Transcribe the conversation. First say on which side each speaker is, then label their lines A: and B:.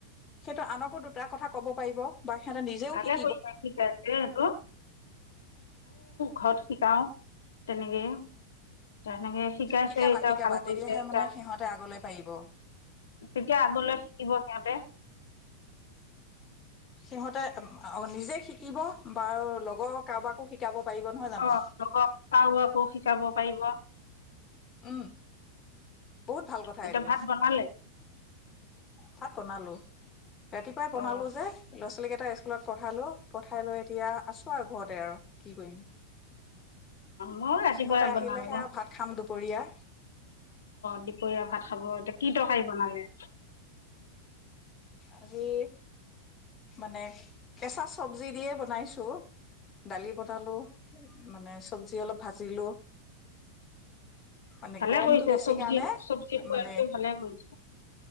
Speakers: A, on the left; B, on the left.
A: সেইটো আনকো দুটা কথা ক'ব পাৰিব বা সিহঁতে নিজেও শিক
B: <unintelligible> ময়ো ঘৰত শিকাও তেনেকেই তেনেকে শিকাইছে
A: শিকাবা
B: এতিয়া
A: শিকাবা
B: ভাল
A: তেতিয়াহে
B: কৰিছে এয়া
A: মানে সিহঁতে আগলৈ পাৰিব
B: তেতিয়া আগলৈ শিকিব সিহঁতে
A: সিহঁতে নিজে শিকিব বাৰ লগৰ কাৰোবাকো শিকাব। পাৰিব নহয় জানো
B: অ লোকক চাহ আকো শিকাব পাৰিব
A: উম বহুত ভাল কথা
B: এতিয়া
A: এইটো
B: ভাত বনালে
A: ভাত বনালো। ৰাতিপুৱাই বনালো
B: অ
A: যে আপি কেইটা স্কুলত পঠালো পঠাই লৈ এতিয়া আছো আৰু ঘৰতে আৰু কি কৰিম
B: মই ৰাতিপুৱাই
A: সিহঁতে আহিলেহে
B: বনালো
A: আৰু
B: অ',
A: ভাত খাম দুপৰীয়া
B: দুপৰীয়া ভাত খাব এতিয়া কি খাই বনালে
A: আজি মানে কেঁচা চব্জি দিয়ে বনাইছোঁ দালি পতালো মানে চব্জি অলপ ভাজিলো মানে
B: ভালে
A: গৰমটো
B: কৰিছে
A: বেছি
B: চব্জি
A: কাৰণে
B: চব্জি খাই
A: মানে
B: আছে ভালে কৰিছে